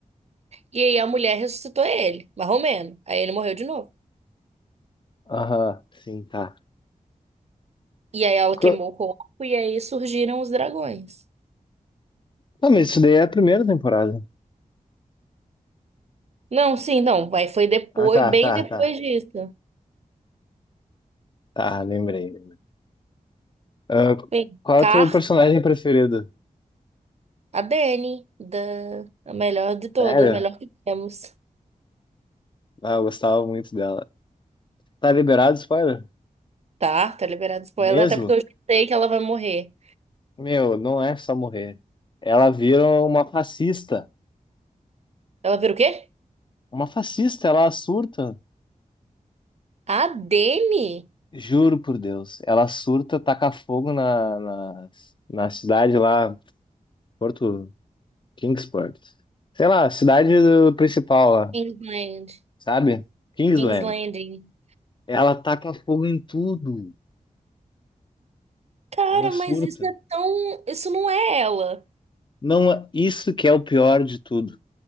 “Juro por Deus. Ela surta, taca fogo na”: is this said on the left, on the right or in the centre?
Left